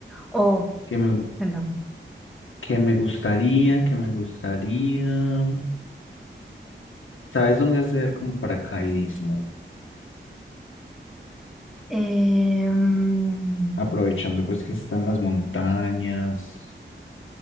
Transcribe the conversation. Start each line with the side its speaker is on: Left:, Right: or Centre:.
Centre: O,
Left: Que me,
Centre: cuéntame.
Left: que me gustaría, que me gustaría. ¿Sabes dónde hacer como paracaidismo?
Centre: Em,
Left: Aprovechando pues que están las montañas.